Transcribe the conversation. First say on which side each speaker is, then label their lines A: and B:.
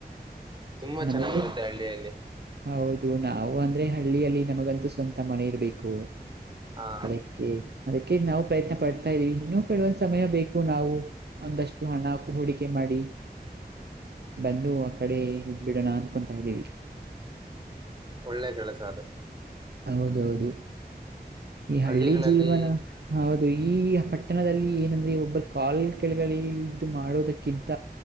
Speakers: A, on the right; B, on the right.
A: ತುಂಬಾ
B: ನಮಗೂ
A: ಚೆನ್ನಾಗಿರುತ್ತೆ ಹಳ್ಳಿಯಲ್ಲಿ
B: ಹೌದು ನಾವು ಅಂದ್ರೆ ಹಳ್ಳಿಯಲ್ಲಿ ನಮಗಂತೂ ಸ್ವಂತ ಮಳೆ ಇರ್ಬೇಕು
A: ಹಾ
B: ಅದಕ್ಕೆ ಅದಕ್ಕೆ ನಾವು ಪ್ರಯತ್ನ ಪಡ್ತಾ ಇದೀವಿ ಇನ್ನೂ ಕೆಡುವಂದ ಸಮಯ ಬೇಕು ನಾವು ಒಂದಷ್ಟು ಹಣ ಹೂಡಿಕೆ ಮಾಡಿ
A: ಹಾ
B: ಬಂದು ಆ ಕಡೆ ಇದ ಬಿಡೋಣ ಅನ್ಕೊತಾ ಇದ್ದೀವಿ
A: ಒಳ್ಳೆ ಕೆಳಸ ಅದು
B: ಹೌದೌದು ಈ ಹಳ್ಳಿ
A: ಹಳ್ಳಿಗಳಲ್ಲಿ
B: ಜೀವನ ಹೌದು ಈ ಪಟ್ಟಣದಲ್ಲಿ ಏನಂದ್ರೆ ಒಬ್ಬರು ಕಾಲ್ ಕೆಳಗಳಿ ಇದು ಮಾಡೋದಕ್ಕಿಂತ